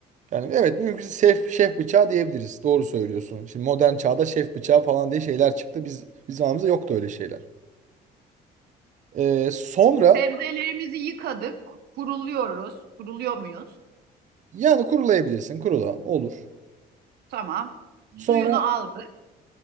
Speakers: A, on the right; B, on the right.
A: Yani evet mümkünse şef, şef bıçağı diyebiliriz. Doğru söylüyorsun. Şimdi modern çağda şef bıçağı falan diye şeyler çıktı. Biz, bizim zamanımızda yoktu öyle şeyler. Ee, sonra
B: Sebzelerimizi yıkadık, kuruluyoruz. Kuruluyor muyuz?
A: Yani kurulayabilirsin. Kurula. Olur.
B: Tamam. Suyunu
A: Sonra
B: aldık.